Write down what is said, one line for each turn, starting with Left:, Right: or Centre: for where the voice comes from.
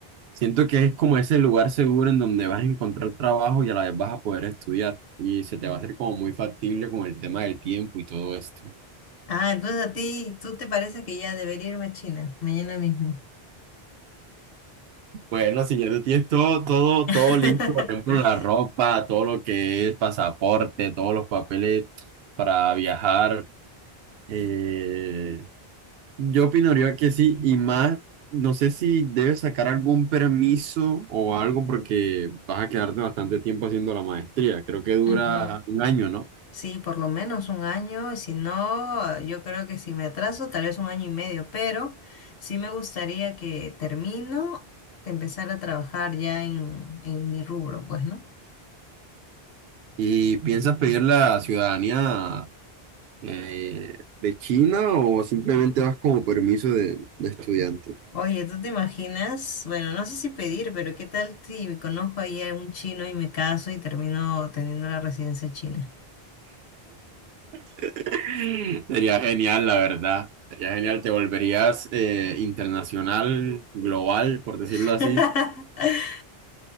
Right: siento que es como ese lugar seguro en donde vas a encontrar trabajo y a la vez vas a poder estudiar y se te va a hacer como muy factible con el tema del tiempo y todo esto.
Left: Ah, entonces a ti, ¿tú te parece que ya debería irme a China mañana mismo?
Right: Bueno, si ya tú tienes todo, todo,
Left: <laughs>
Right: todo listo, por ejemplo, la ropa, todo lo que es pasaporte, todos los papeles para viajar. eh, Yo opinaría que sí, y más, no sé si debes sacar algún permiso o algo porque vas a quedarte bastante tiempo haciendo la maestría. Creo que dura
Left: Ujú.
Right: un año, ¿no?
Left: Sí, por lo menos un año, y si no, ah, yo creo que si me atraso, tal vez un año y medio, pero sí me gustaría que termino de empezar a trabajar ya en, en mi rubro, pues, ¿no?
Right: ¿Y piensas pedir la ciudadanía eh, de China o simplemente vas como permiso de, de estudiante?
Left: Oye, ¿tú te imaginas? Bueno, no sé si pedir, pero ¿qué tal si conozco ahí a un chino y me caso y termino teniendo la residencia china?
Right: <laughs> Sería genial, la verdad. Sería genial, te volverías eh, internacional, global, por decirlo
Left: <laughs>
Right: así.